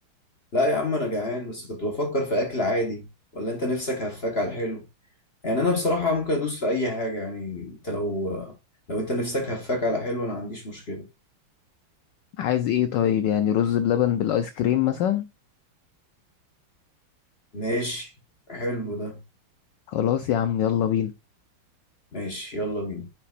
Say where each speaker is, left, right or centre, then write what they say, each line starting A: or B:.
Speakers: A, on the left; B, on the left.
A: لا يا عم انا جعان بس كنت بفكر في اكل عادي ولا انت نفسك هفاك على الحلو يعني انا بصراحة ممكن ادوس في اي حاجة يعني انت لو لو انت نفسك هفاك على حلو انا ما عنديش مشكلة
B: عايز ايه طيب يعني رز بلبن بالايس كريم مثلا
A: ماشي حلو ده
B: خلاص يا عم يلا بينا
A: ماشي يلا بينا